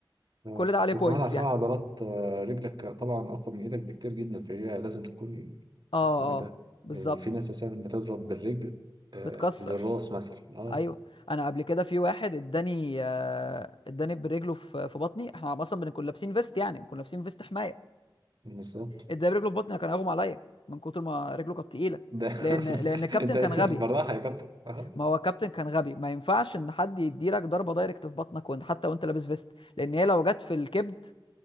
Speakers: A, on the right; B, on the left.
A: آه.
B: كل ده عليه
A: وكمان
B: بوينتس
A: عشان
B: يعني
A: عضلات آه، رجلك طبعا اقوى من ايدك بكتير جدا فهي لازم تكون
B: اه
A: اسمه ايه ده
B: اه بالظبط
A: يعني في ناس اساسا بتضرب بالرجل آه،
B: بتكسر
A: للراس مثلا اه
B: ايوه انا قبل كده في واحد اداني آه اداني برجله في في بطني احنا اصلا بنكون لابسين فيست يعني بنكون لابسين فيست حمايه
A: بالظبط
B: اداني برجله في بطني أنا كان هيغمى عليا من كتر ما رجله كانت تقيله
A: ده <laughs>
B: لان لان الكابتن
A: انت
B: كان غبي
A: بالراحه يا كابتن اه
B: ما هو الكابتن كان غبي ما ينفعش ان حد يديلك ضربه دايركت في بطنك وانت حتى وانت لابس فيست لان هي لو جت في الكبد